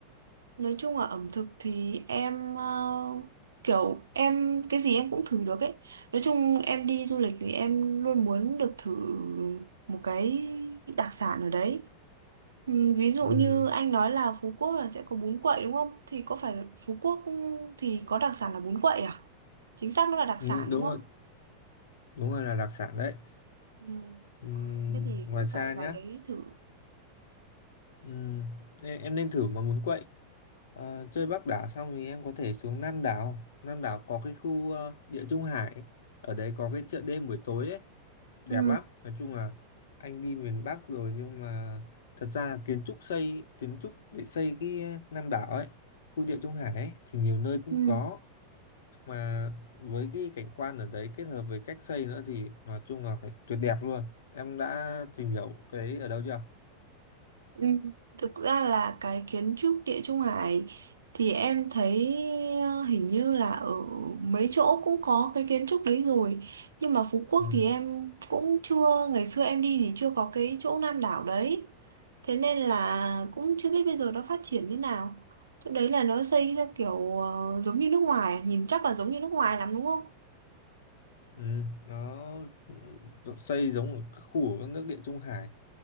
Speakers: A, on the right; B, on the left.
A: Nói chung là ẩm thực thì em ờ, kiểu em cái gì em cũng thử được ấy. Nói chung em đi du lịch thì em luôn muốn được thử một cái đặc sản ở đấy. Ừ, Ví dụ
B: Ừ.
A: như anh nói là Phú Quốc là sẽ có bún quậy đúng không? Thì có phải là Phú Quốc thì có đặc sản là bún quậy à? Chính xác nó là đặc
B: Ừ,
A: sản
B: đúng
A: đúng không?
B: rồi đúng rồi là đặc sản đấy
A: Ừ.
B: ừ,
A: Thế thì
B: ngoài
A: cũng
B: xa
A: phải vào
B: nhá
A: đấy thử.
B: ừ, ê, em nên thử mà muốn quậy Ờ, chơi Bắc đảo xong thì em có thể xuống Nam đảo Nam đảo có cái khu ờ, Địa Trung Hải ở đấy có cái chợ đêm buổi tối ấy đẹp
A: Ừ.
B: lắm nói chung là anh đi miền Bắc rồi nhưng mà thật ra là kiến trúc xây kiến trúc để xây cái ờ, Nam đảo ấy khu Địa Trung Hải ấy, thì nhiều nơi cũng
A: Ừ.
B: có mà với cái cảnh quan ở đấy kết hợp với cách xây nữa thì nói chung là phải tuyệt đẹp luôn em đã tìm hiểu cái đấy ở đâu chưa
A: Ừ, Thực ra là cái kiến trúc Địa Trung Hải thì em thấy ờ, hình như là ở mấy chỗ cũng có cái kiến trúc đấy rồi nhưng mà Phú Quốc
B: ừ.
A: thì em cũng chưa ngày xưa em đi thì chưa có cái chỗ Nam đảo đấy thế nên là cũng chưa biết bây giờ nó phát triển như nào chỗ đấy là nó xây ra kiểu ờ, giống như nước ngoài nhìn chắc là giống như nước ngoài lắm đúng không?
B: Ừ. nó ừ, xây giống ở các khu ở các nước địa Trung Hải